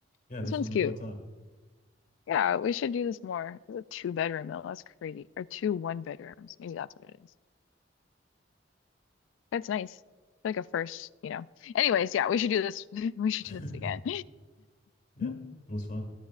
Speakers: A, on the left; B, on the left.
A: yeah, this
B: This one's
A: was
B: cute.
A: a fun time.
B: Yeah, we should do this more. It's a two bedroom though. That's crazy. Or two one bedrooms. Maybe that's what it is. That's nice. Like a first, you know. Anyways, yeah, we should do this. <laughs> We should
A: <laughs>
B: do this again.
A: yeah,
B: <laughs>
A: it was fun.